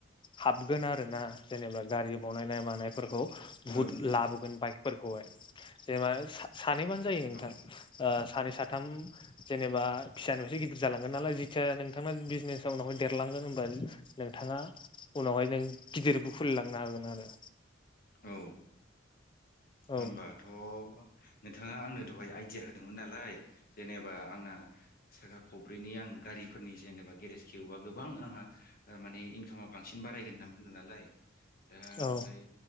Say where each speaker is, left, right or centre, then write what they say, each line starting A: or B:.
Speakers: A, on the left; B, on the left.
A: हाबगोन आरो ना जेनेबा गारि बनायनाय मानायफोरखौ
B: उम
A: बुहुथ लाबोगोन बाइकफोरखौहाय जेनेबा सा सानैबानो जायो नोंथां
B: औ
A: ओ सानै साथ थाम जेनेबा फिसानिफायसो गिदिर जालांगोन नालाय जिथिया नोंथांना बिजनेजाव नहय देरलांगोन होनबा <unintelligible> नोंथाङा उनावहाय नों गिदिरबो खुलिलांनो हागोन आरो।
B: औ
A: औ
B: होमबाथ' नों थाङा आंनो दहाय आइडिया होदोंमोन नालाय। जेनेबा आंना साखा खब्ब्रैनि आं गारिफोरनि जेनेबा गेरेज खेवबा गोबां आंहा ओ माने इंक खामा बांसिन बारायगोन होनना बुंदों नालाय दा
A: औ
B: ओमफ्राय